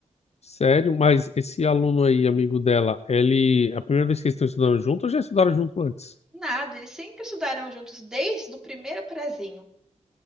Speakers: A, on the left; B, in the centre.
A: Sério, mas esse aluno aí, amigo dela, ele... É a primeira vez que eles estão estudando junto ou já estudaram junto antes?
B: Nada, eles sempre estudaram juntos desde o primeiro prezinho.